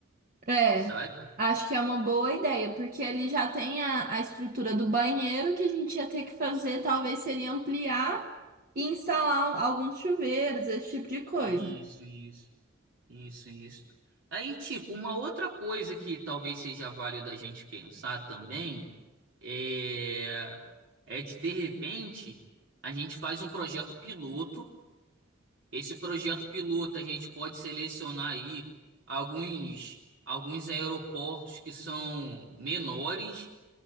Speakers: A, on the right; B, on the right.
A: É,
B: sabe?
A: acho que é uma boa ideia, porque ele já tem a, a estrutura do banheiro que a gente ia ter que fazer, talvez seria ampliar e instalar um, alguns chuveiros, esse tipo de coisa.
B: Isso, isso, isso, isso. Aí, tipo, uma outra coisa que talvez seja válida a gente pensar também é, é de, de repente, a gente faz um projeto piloto. Esse projeto piloto a gente pode selecionar aí alguns, alguns aeroportos que são menores